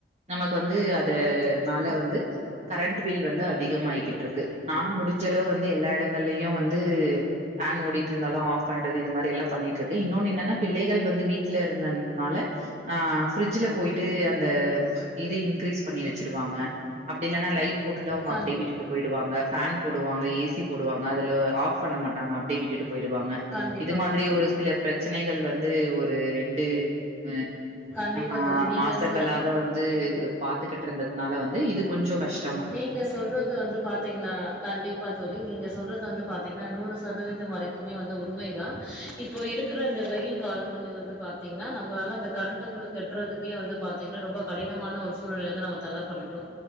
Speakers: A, on the right; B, in the centre.
A: நமக்கு வந்து அத னால வந்து கரண்ட் பில் வந்து அதிகமாயிட்டு இருக்கு நானும் முடிஞ்சளவு வந்து எல்லா இடங்கள்லயும் வந்து ஃபேன் ஓடிட்டு இருந்தாலும் ஆஃப் பண்றது இது மாதிரி எல்லாம் பண்ணிட்டு இருக்கு இன்னொன்னு என்னன்னா பிள்ளைகள் வந்து வீட்டுல இருந்ததுனால ஆஹ பிரிட்ஜ்ல போயிட்டு அந்த இது இன்கிரீஸ் பண்ணி வச்சிருவாங்க அப்படி இல்லைனா லைட் போட்டுட்டு அவங்க
B: கண்டிப்பா
A: அப்படியே விட்டுட்டு போயிடுவங்க
B: கண்டிப்பா
A: ஃபேன் போடுவாங்க ஏ சி சி போடுவங்க அதுல ஆஃப் பண்ண மாட்டாங்க அப்படியே விட்டுட்டு போயிடுவாங்க
B: கண்டிப்பா
A: இது மாதிரி
B: அப்போ தோழி
A: ஒரு சில பிரச்சனை <unintelligible> வந்து ஒரு ரெண்டு மு
B: கண்டிப்பா
A: ஆ
B: தோழி நீங்க
A: மாசங்களாக
B: சொ
A: வந்து பாத்துகிட்டு இருந்ததுனால வந்து இது கொஞ்சு கஷ்
B: நீங்க சொல்றது வந்து பாத்தீங்கன்னா கண்டிப்பா தோழி நீங்க சொல்றது வந்து பாத்தீங்கன்னா நூறு சத இது வரைக்குமே வந்து உண்மைதா இப்போ இருக்கிற இந்த வெயில் காலங்களில் வந்து பாத்தீங்கன்னா நம்மளால அந்த கரண்டு பில் கட்டுறதுக்கே வந்து பாத்தீங்னா ரொம்போ கடினமான ஒரு சூழ்நிலை தா நம்ம தள்ளப்பட்டுட்டோம்